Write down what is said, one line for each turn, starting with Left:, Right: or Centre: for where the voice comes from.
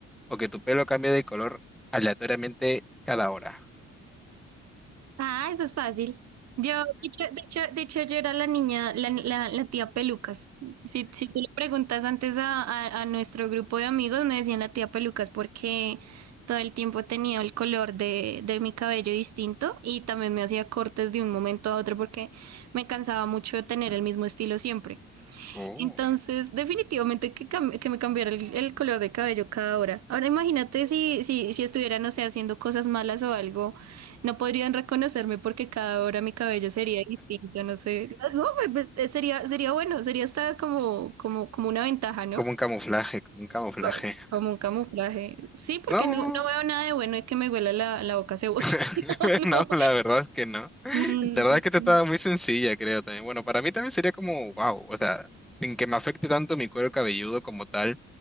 Centre: o que tu pelo cambie de color aleatoriamente cada hora.
Right: Ah, eso es fácil. Yo, de hecho, de hecho, de hecho, yo era la niña, la, la, la tía Pelucas. Si, si tú le preguntas antes a, a, a nuestro grupo de amigos, me decían la tía Pelucas porque todo el tiempo tenía el color de, de mi cabello distinto y también me hacía cortes de un momento a otro porque me cansaba mucho de tener el mismo estilo siempre.
Centre: Oh,
Right: Entonces, definitivamente que, cam- que me cambiara el, el color de cabello cada hora. Ahora imagínate si, si, si estuviera, no sé, haciendo cosas malas o algo, no podrían reconocerme porque cada hora mi cabello sería distinto, no sé. No, me- me- sería, sería bueno, sería hasta como, como, como una ventaja, ¿no?
Centre: como un camuflaje, como un camuflaje.
Right: Co- Como un camuflaje. Sí, porque
Centre: No.
Right: no, no veo nada de bueno es que me huela la, la boca a cebolla.
Centre: <laughs>
Right: <laughs> No, no.
Centre: No, la verdad es que no.
Right: Mm,
Centre: La verdad
Right: mm,
Centre: es que te
Right: mm.
Centre: estaba muy sencilla, creo también. Bueno, para mí también sería como, wow, o sea, sin que me afecte tanto mi cuero cabelludo como tal,